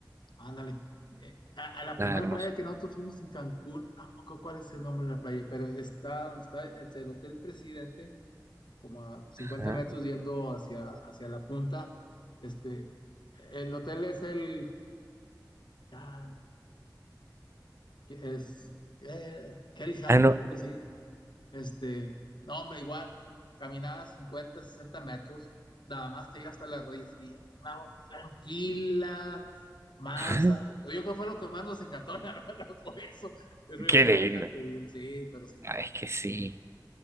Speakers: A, on the left (about 85°); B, on the right (about 35°).
A: Ándale. Eh, a, a la
B: Nada,
A: primera
B: hermoso.
A: playa que nosotros fuimos en Cancún, no me acuerdo cuál es el nombre de la playa, pero está donde está entre el Hotel Presidente, como a 50
B: Ajá.
A: metros yendo hacia, hacia la punta. Este, el hotel es el Ah, que es que Helja,
B: Ah, no,
A: algo así. Este, no, hombre, igual, caminaba 50 60 metros, nada más te llega hasta las rodillas y una agua tranquila, mansa.
B: <laughs>
A: Yo creo que fue lo que más nos encantó, la verdad, <laughs> por eso. Y regresar
B: qué lindo.
A: a Cancún, sí, pero sí.
B: Ah, es que sí,